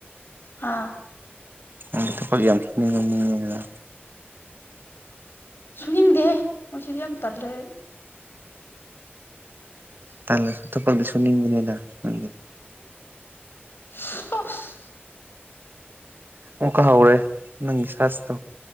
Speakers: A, on the left; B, on the right.
A: ꯍꯥ
B: ꯅꯪꯒꯤ ꯊꯕꯛ ꯌꯥꯝ ꯁꯨꯅꯤꯡꯕ ꯃꯤꯅꯦꯗꯅ
A: ꯁꯨꯅꯤꯡꯗꯦꯍꯦ ꯉꯁꯤꯗꯤ ꯌꯥꯝ ꯇꯜꯂꯦ ꯑꯩ
B: ꯇꯜꯂꯁꯨ ꯊꯕꯛꯗꯤ ꯁꯨꯅꯤꯡꯉꯤꯗꯅ ꯅꯪꯗꯤ
A: <unintelligible>
B: ꯑꯣꯀ ꯍꯧꯔꯦ ꯅꯪꯒꯤ ꯁꯁꯇꯣ